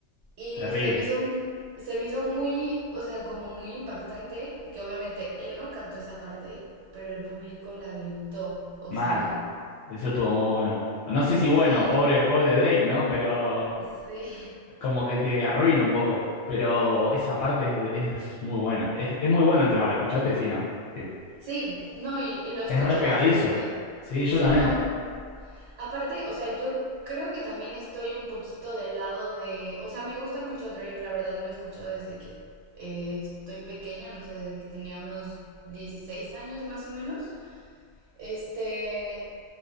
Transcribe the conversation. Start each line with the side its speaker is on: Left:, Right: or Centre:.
Right: y
Left: terrible.
Right: se me hizo, se me hizo muy, o sea, como muy impactante que obviamente él no cantó esa parte, pero el público la gritó, o
Left: Mal.
Right: sea,
Left: Eso estuvo muy bueno. No sé si
Right: sí,
Left: bueno, pobre, pobre Drake, ¿no? Pero.
Right: sí,
Left: como que te arruina un poco, pero esa parte es, es muy buena. Es, es muy bueno el tema, ¿lo escuchaste? Sí, ¿no? Sí.
Right: sí, no, y, y lo escucho
Left: Es re pegadizo.
Right: bastante.
Left: Sí, yo
Right: Sí,
Left: también,
Right: no, Aparte, o sea, yo creo que también estoy un poquito del lado de, o sea, me gusta mucho Drake, la verdad lo he escuchado desde que eh, estoy pequeña, no sé, desde que tenía unos 16 años más o menos. Este,